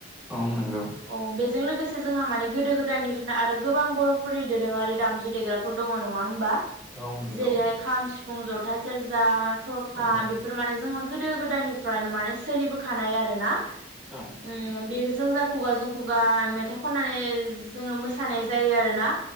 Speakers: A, in the centre; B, on the right (about 85°).
A: औ नंगौ
B: अ बेजों लोगोसे जोंहा माने गोदो गोदायनिफिनो आरो गोबां बरफोरनि दोरोङारि दामजु <unintelligible> फोर दङ नङा होमबा
A: औ नंगौ
B: जेरैहाय खाम सि फुं जथा सेरजा थरखा
A: औ
B: बेफोर माने जोंहा गोदो गो यनिफ्रायनो माने सोलिबोखानाय आरो ना।
A: औ
B: उम बे जों जा खुगा जों खुगा मेथाइ खननानै जोङो मोसानाय जायो आरोना